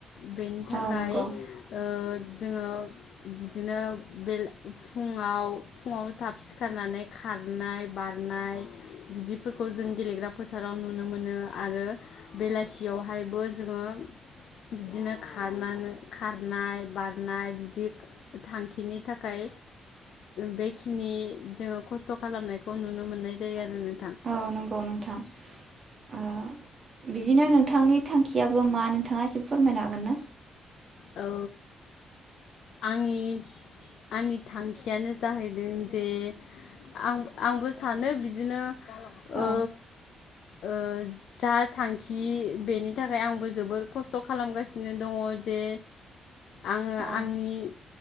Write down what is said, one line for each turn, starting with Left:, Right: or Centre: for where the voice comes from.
Left: बेनि थाखाय
Right: औ नंगौ
Left: ओ जोङो बिदिनो बे फुङाव फुङाव थाब सिखारनानै खारनाय बारनाय बिदिफोरखौ जों गेलेग्रा फोथाराव नुनो मोनो आरो बेलासियावहायबो जोङो बिदिनो खारनानै खारनाय बारनाय बिदि थांखिनि थाखाय बेखिनि जोङो खस्थ' खालामनायखौ नुनो मोननाय जायो आरो नों
Right: औ नंगौ नोंथां ओ बिदिनो नोंथांनि थांखि याबो मा नोंथाङा एसे फोरमायनो हागोन ना?
Left: औ आंनि आंनि थांखियानो जाहैदों जे आं आंबो सानो बिदिनो ओ
Right: औ
Left: ओ जा थांखि बेनि थाखाय आंबो जोबोर खस्थ' खालामगासिनो दङ जे आङो
Right: औ
Left: आंनि